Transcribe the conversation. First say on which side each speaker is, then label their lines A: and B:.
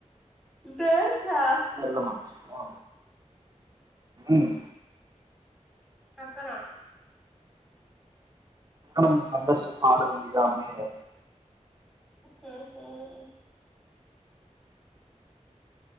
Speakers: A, in the centre; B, on the right.
A: டேன்ஸ் ஸா
B: ஒன்ன இல்லம்மா சும்மா ம்
A: அக்கறா
B: நம்ம நம்ப ஸ்டெப் ஆட வேண்டியதா அப்டியே
A: செர் செரி